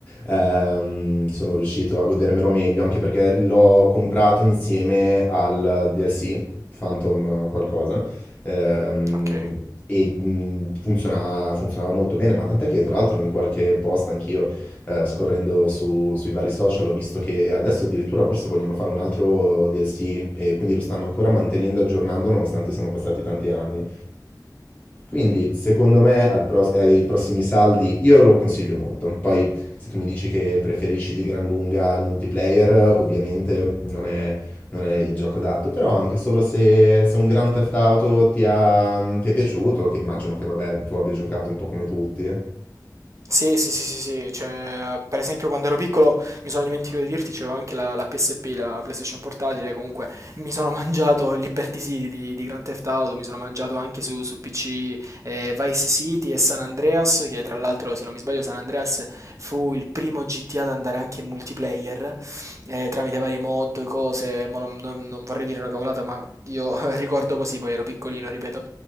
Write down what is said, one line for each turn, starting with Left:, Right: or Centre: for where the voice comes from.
Left: ehm, sono riuscito a godermelo meglio, anche perché l'ho comprato insieme al DLC, Phantom qualcosa, ehm,
Right: Ok.
Left: e mh, funziona- funzionava molto bene, ma tant'è che tra l'altro in qualche post anch'io, eh, scorrendo su- sui vari social, ho visto che adesso addirittura forse vogliono fare un altro DLC e quindi lo stanno ancora mantenendo aggiornando nonostante siano passati tanti anni. Quindi, secondo me, al pro- ai prossimi saldi io lo consiglio molto. Poi, se tu mi dici che preferisci di gran lunga il multiplayer, ovviamente non è, non è il gioco adatto. Però, anche solo se, se un Grand Theft Auto ti, ha- ti è piaciuto, che immagino che vabbè, tu abbia giocato un po' come tutti.
Right: Sì, sì, sì, sì, sì, cioè, per esempio quando ero piccolo mi sono dimenticato di dirti, c'avevo anche la, la PSP, la PlayStation Portatile, comunque mi sono <laughs> mangiato Liberty City di, di Grand Theft Auto, mi sono mangiato anche su, su PC eh, Vice City e San Andreas, che tra l'altro se non mi sbaglio San Andreas fu il primo GTA ad andare anche in multiplayer, eh, tramite varie mod, cose, mo non, non- non vorrei dire una cavolata, ma <laughs> ricordo così, poi ero piccolino, ripeto.